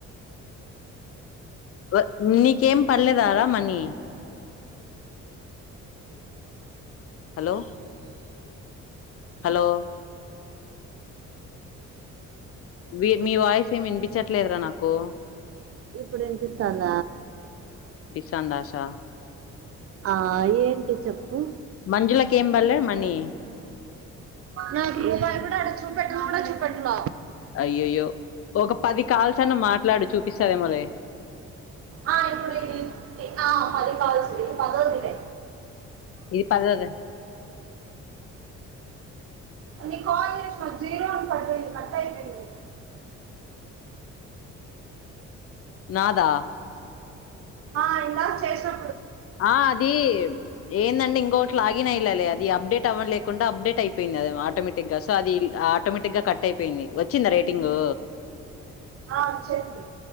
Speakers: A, on the left; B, on the right.
A: వ నీకేం పడ్లేదార మనీ హలో హలో బి మీ వాయిస్ ఏమి వినిపించట్లేదురా నాకు
B: ఇప్పుడు ఇనిపిస్తాంద
A: చంద్ ఆషా
B: ఆ ఏంటి చెప్పు
A: మంజుల కేెం బడ్లే మనీ
B: నాకు రూపాయి కూడా ఆడ చూపెట్టన్ కూడా చూపెట్టల
A: అయ్యయ్యో ఒక పది కాల్స్ అన్న మాట్లాడు చూపిస్తదేమోలే
B: ఆ ఇప్పుడ ఇది ఆ పది కాల్స్ ఇది పదోది ఇదే
A: ఇది పదోదె
B: నీ కాల్ జేసిన జీరో అని కట్టయి కట్టయిపోయింది లే
A: నాదా
B: ఆ ఇందాక చేసిన
A: ఆ అది ఏందండి ఇన్ కోట్లాగినయాలాలే అది అప్డేట్ అవ్వ లేకుండా అప్డేట్ అయిపోయింది అది ఆటోమేటిక్ గా సో అది ఆటోమేటిక్ గా కట్ అయిపోయింది వచ్చిందా రేటింగు
B: ఆ వచ్చేసింది